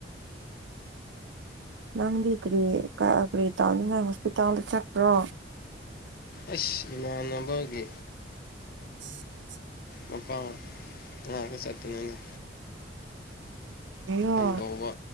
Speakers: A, on the right; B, on the left.
A: ꯅꯪꯗꯤ ꯀꯔꯤ ꯀꯔꯤ ꯇꯥ ꯅꯪ ꯍꯣꯁꯄꯤꯇꯥꯜꯗ ꯆꯠꯄ꯭ꯔꯣ
B: ꯑꯁ ꯏꯃꯥꯅꯕꯒꯤ
A: <unintelligible>
B: ꯃꯄꯥꯥꯎ ꯀ ꯆꯠꯄꯅꯦ ꯑꯩꯒꯥ
A: ꯍꯦꯉꯣ
B: ꯇꯧꯕ